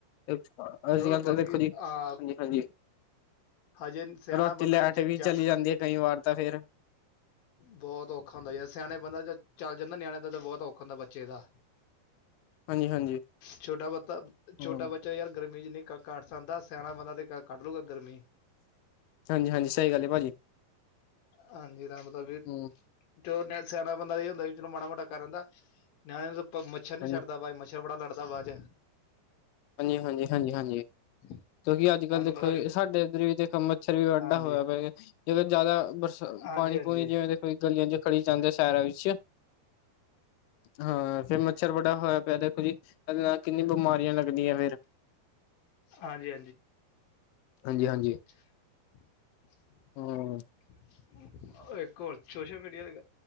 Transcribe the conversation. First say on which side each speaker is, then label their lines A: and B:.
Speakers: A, on the left (about 90°); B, on the left (about 65°).
A: ਅਸੀਲੀ
B: ਚਲੋ
A: ਗੱਲ ਤਾਂ
B: ਬਾਕੀ
A: ਦੇਖੋ ਜੀ
B: ਆ
A: ਹਾਂਜੀ, ਹਾਂਜੀ।
B: ਹਜੇ ਸਿਆਣਾ
A: ਰਾਤੀ
B: ਬੰਦਾ
A: ਲੈਟ
B: ਜ ਜਰ
A: ਵੀ ਚਲੀ
B: ਲੂਗਾ
A: ਜਾਂਦੀ
B: ਇੰਨੀ
A: ਆ ਕਈ ਵਾਰ ਤਾਂ ਫੇਰ
B: ਬਹੁਤ ਔਖਾ ਹੁੰਦਾ ਯਾਰ ਸਿਆਣੇ ਬੰਦਾ ਜ ਚੱਲ ਜਾਂਦਾ ਨਿਆਣੇ ਦਾ ਤਾਂ ਬਹੁਤ ਔਖਾ ਹੁੰਦਾ ਬੱਚੇ ਦਾ
A: ਹਾਂਜੀ ਹਾਂਜੀ
B: ਛੋਟਾ ਬੱਚਾ,
A: ਹਮ
B: ਛੋਟਾ ਬੱਚਾ ਯਾਰ ਗਰਮੀ ਜਿੰਨੀ ਕੱਟ ਸਕਦਾ ਸਿਆਣਾ ਬੰਦਾ ਤੇ ਕੱਢ ਲੂਗਾ ਗਰਮੀ
A: ਹਾਂਜੀ, ਹਾਂਜੀ ਸਹੀ ਗੱਲ ਏ ਭਾਜੀ।
B: ਹਾਂਜੀ ਤੁਹਾਨੂੰ ਪਤਾ ਵੀ
A: ਹਮ
B: ਜੋ ਸਿਆਣਾ ਬੰਦਾ ਇਹ ਹੁੰਦਾ ਜਿਹਨੂੰ ਮਾੜਾ ਮੋਟਾ ਕਰ ਲੈਦਾ। ਨਿਆਣੇ ਨੂੰ ਤਾਂ ਮੱਛਰ ਨ
A: ਹਾਂਜੀ
B: ਛਡਦਾਾ ਮੱਛਰ ਬੜਾ ਲੜਦਾ ਬਾਦ ਚ
A: ਹਾਂਜੀ ਹਾਂਜੀ ਹਾਂਜੀ ਹਾਂਜੀ
B: <unintelligible>
A: ਕਿਉਂਕਿ ਅੱਜ
B: ਤੁਹਾਨੂੰ
A: ਕੱਲ੍ਹ ਦੇਖੋ
B: ਪਤਾ ਵੀ
A: ਸਾਡੇ ਇੱਧਰ ਵੀ ਦੇਖ ਮੱਛਰ ਵੀ ਏਡਾ
B: ਹਾਂਜੀ
A: ਹੋਇਆ ਜੇਕਰ ਜ਼ਦਾ ਬਰਸਾ
B: ਹਾਂਜੀ
A: ਪਾਣੀ
B: ਹਾਂਜੀ
A: ਪਣੀ ਜਿਵੇਂਈ ਗਲੀਆਂ ਚ ਖੜੀ ਜਾਂਦਾ ਸ਼ੇਰਾਂ ਵਿੱਚ ਹਾਂ ਫੇਰ ਮੱਛਰ ਬੜਾ ਹੋਇਆ ਪਿਆ ਦੇਖੋ ਜੀ ਇਹਦੇ ਨਾਲ ਕਿੰਨੀਆਂ ਬਿਮਾਰੀਆਂ ਲਗ <unintelligible> ਫਿਰ
B: ਹਾਂਜੀ
A: ਹਾਂਜੀ ਹਾਂਜੀ
B: <unintelligible>
A: ਹਮ
B: ਸੋਸਲ ਮੀਡੀਆ ਦੇ।